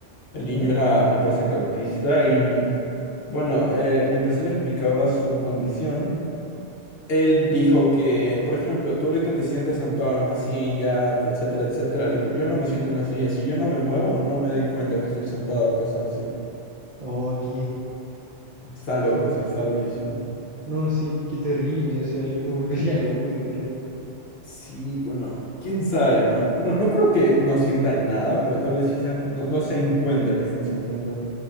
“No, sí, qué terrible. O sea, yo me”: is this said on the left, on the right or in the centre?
Right